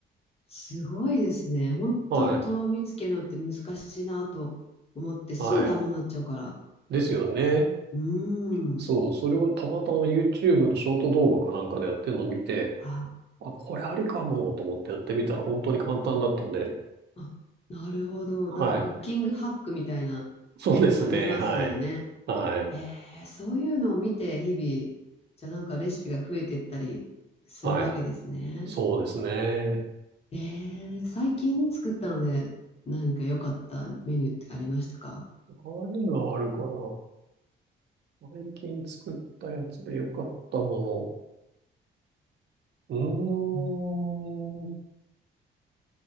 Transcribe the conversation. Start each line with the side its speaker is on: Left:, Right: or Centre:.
Left: すごいですね。本当とろみつけるのって難しいなと思って、
Right: はい。
Left: すぐダマになっちゃうから。
Right: はい。ですよね。
Left: うーん。
Right: そう。それをたまたま YouTube のショート動画かなんかでやってるのを見て、
Left: あ、
Right: あ、これありかもと思ってやってみたら本当に簡単だったんで。
Left: あ、なるほど。
Right: はい。
Left: なんかクッキングハックみたいな、
Right: そうですね。
Left: ありますよね。
Right: はい。はい。
Left: へえ、そういうのを見て、日々、じゃあなんかレシピが増えてったりするわけですね。
Right: はい。そうですね。
Left: えー最近作ったので、何か良かったメニューってありましたか
Right: 何があるかな。最近作ったやつで良かったもの。うーん。
Left: うん